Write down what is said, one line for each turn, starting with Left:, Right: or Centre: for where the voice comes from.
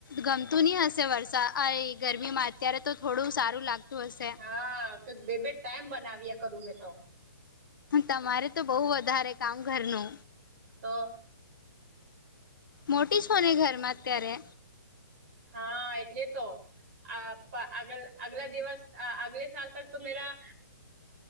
Left: ગમતું નહી હશે વરસાદ આ ગરમીમાં. અત્યારે તો થોડું સારું લાગતું હશે
Right: હા તો બે બે ટાઈમ બનાવ્યા કરું મેં તો.
Left: તમારે તો બહુ વધારે કામ ઘરનુ
Right: હ
Left: મોટી જ હોને ઘરમાં અત્યારે
Right: હા એટલે તો. અ અગ અગલા દિવસ અગલે સ તક તો મેરા.